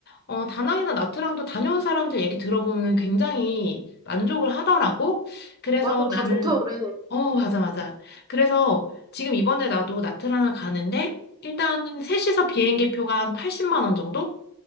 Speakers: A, on the left; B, on the right.
A: 어, 다낭이나 나트랑도 다녀온 사람들 얘기 들어보면 굉장히 만족을 하더라고. 그래서
B: 맞아, 다
A: 나는,
B: 좋다 그래.
A: 어, 맞아, 맞아. 그래서 지금 이번에 나도 나트랑을 가는데, 일단은 셋이서 비행기 표가 한 80만 원 정도?